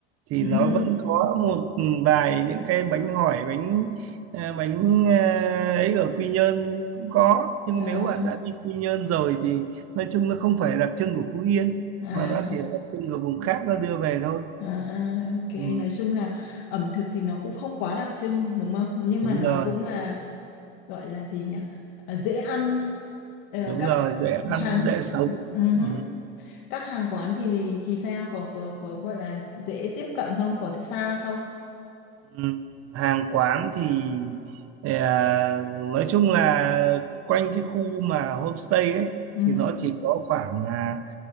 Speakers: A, on the right; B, on the left.
A: thì
B: ừ
A: nó
B: hứ,
A: vẫn có một ừ, vài những cái bánh hỏi bánh à, bánh à, ấy ở Quy Nhơn cũng có nhưng
B: à,
A: nếu bạn đã đi Quy Nhơn rồi thì nói chung nó không phải đặc trưng của Phú Yên
B: à,
A: mà nó chỉ là đặc trưng của vùng khác nó đưa về thôi
B: à, à, ok.
A: ừ,
B: Nói chung là ẩm thực thì nó cũng không quá đặc trưng đúng không? Nhưng
A: đúng
B: mà nó
A: rồi
B: cũng là gọi là gì nhỉ? Ờ, Dễ ăn ờ,
A: đúng
B: các
A: rồi dễ
B: hàng.
A: ăn dễ sống
B: Ừ
A: ừ.
B: hứ. các hàng quán thì thì sao có có có gọi là dễ tiếp cận không có xa không
A: Ừm, hàng quán thì ờ, nói chung là quanh cái khu mà homestay ấy
B: ừ hứ.
A: thì nó chỉ có khoảng à,